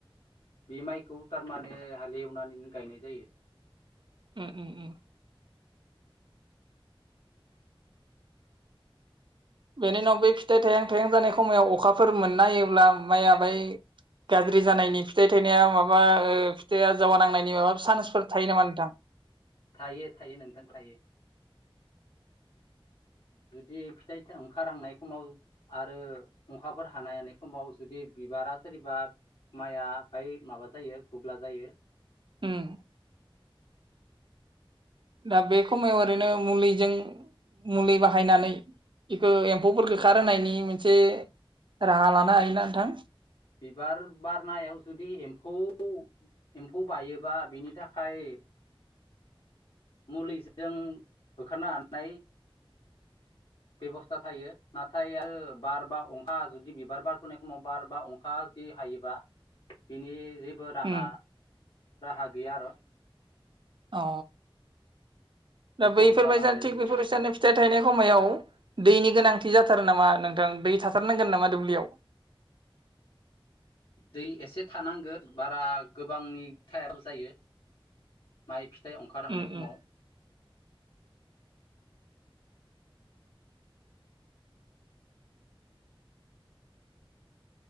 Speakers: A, on the left; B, on the right.
A: बे माइखौ थारमाने हालेवनानैनो गायनाय जायो
B: <unintelligible> बेनि उनाव बे फिथाइ थाइहां थायहांजानाय समायाव अखाफोर मोननाहोयोब्ला माइ आ बाय गाज्रि जानायनि फिथाइ थायनाया माबा फिथाइा जावगा नांनायनि माबा चान्सफोर थायो नामा नोंथां
A: थायो थायो नोंथां थायो जुदि फिथाइ ओंखारहांनाय समाव आरो अखाफोर हानाय हानाय समाव जुदि बिबारा सोरिबा माइआ बाय माबा जायो गुग्ला जायो
B: उम दा बे खमायाव ओरैनो मुलिजों मुलि बाहायनानै बेखौ एम्फौफोरखौ खारहोनायनि मोनसे राहा लानो हायोना नोंथां
A: बिबार बारनायाव जुदि एम्फौ एम्फौ बायोबा बिनि थाखाय मुलिजों होखारनो हानाय बेबस्था थायो नाथाय आरो बार बा अंखा जुदि बिबार बारफोननाय समाव बार बा अंखा अखा जि हायोबा बिनि जेबो राहा
B: उम
A: राहा गैया आरो।
B: औ
A: बेखौ
B: दा बैफोरबायदिनो
A: हमथानो हानायनि
B: थिग बेफोरबायसानो फिथाइ थायनाय खायाव दैनि गोनांथि जाथारो नामा नोंथां दै थाथारनांगोन नामा दुब्लियाव।
A: दै एसे थानांगो बारा गोबांनि थायाबाबा जायो। माइ फिथाइ ओंखार हांनाय
B: उम
A: समाव।
B: उम